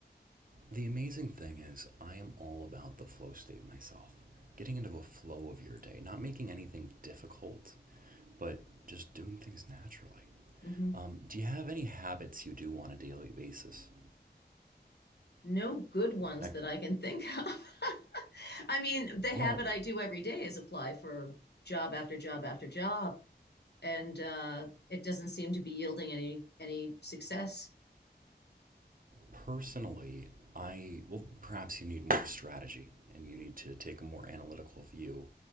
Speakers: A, on the right (about 50°); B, on the left (about 65°).
A: The amazing thing is, I am all about the flow state myself. Getting into a flow of your day, not making anything difficult, but just doing things naturally.
B: hmm
A: Um, do you have any habits you do on a daily basis?
B: No good ones
A: That,
B: that I can think of. <laughs> I mean, the habit
A: well,
B: I do every day is apply for job after job after job, and uh, it doesn't seem to be yielding any any success.
A: personally, I well, perhaps you need more strategy and you need to take a more analytical view.